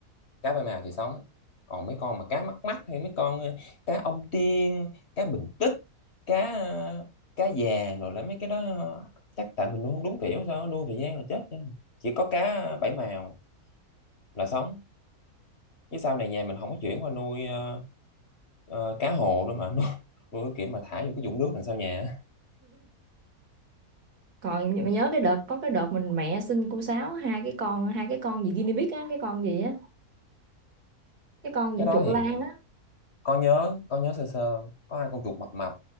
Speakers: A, on the left; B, on the right.
A: cá ba mào thì sống còn mấy con mà cá mắc mắc hay mấy con ờ, cá ông tiên cá bình tích cá ờ, cá vàng rồi là mấy cái đó ờ, chắc tại mình nuôi không đúng kiểu sao nuôi thời gian là chết chứ chỉ có cá bảy mào là sống chứ sau này nhà mình không có chuyển qua nuôi ờ, ờ, cá hồ nữa mà <laughs> nuôi, nuôi cái kiểu mà thả vô cái vũng nước đằng sau nhà á.
B: còn nh- nhớ cái đợt có cái đợt mình mẹ xin cô Sáu hai cái con hai cái con gì guinea pig á cái con gì á cái con
A: cái
B: diện
A: đó
B: chuột
A: thì
B: lang á
A: con nhớ con nhớ sơ sơ có hai con chuột mập mập